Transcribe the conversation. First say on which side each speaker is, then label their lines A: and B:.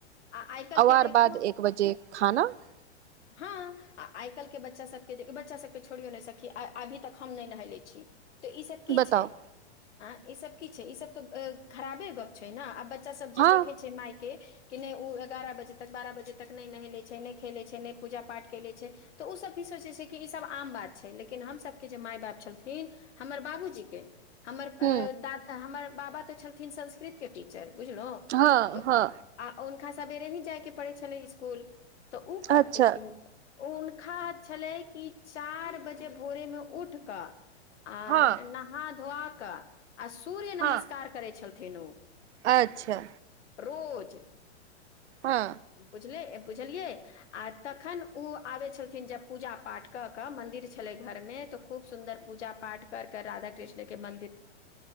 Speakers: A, on the left; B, on the right.
A: आ आइ काल्हि
B: अवार
A: के देखियौ
B: बाद एक बजे खाना। <unintelligible>
A: हँ आ आइ काल्हिके बच्चा सभके बच्चा सभके छोड़ियो नहि सकी -अभी तक हम नहि नहेले छी। तऽ ईसभ की
B: बताउ
A: छै। <unintelligible> आ इ सब की छै, इ सब त खराबे गप छै ने, आ ब बच्चा सब जे
B: हँ
A: देखे छै मायके कि नै ओ एगारह बजे तक, बारह बजे तक ने नहेले छै ने खेलैत छै, ने पुजा पाठ केले छै, त ओसब भी सोच जे छै कि ईसब आम बात छै, लेकिन हमर सबके जे माय बाप छलथिन, हमर बाबूजीके हमर अ
B: ह
A: दाद हमर बाबा ते छलखिन संस्कृत के टीचर। बुझलहुं,
B: हँ
A: त
B: हँ
A: आ ओ खाके सवेरे ही जाइके पड़ै छलै इसकुल। त उ करते
B: अच्छा
A: ओ हुनका छलै कि चारि बजे भोरेमे उठ क आ
B: हँ
A: नहा धोआ का। आ सूर्य
B: हँ
A: नमस्कार करै छलखिन थिन ओ।
B: अच्छा।
A: रोज।
B: हँ
A: बुझले। बुझलियै आ तखैन ओ आबै छलखिन जब पुजा पाठ क क मन्दिर छलै घरमे त खूब सुन्दर पूजा पाठ कर कर राधा कृष्ण के मंन्दिर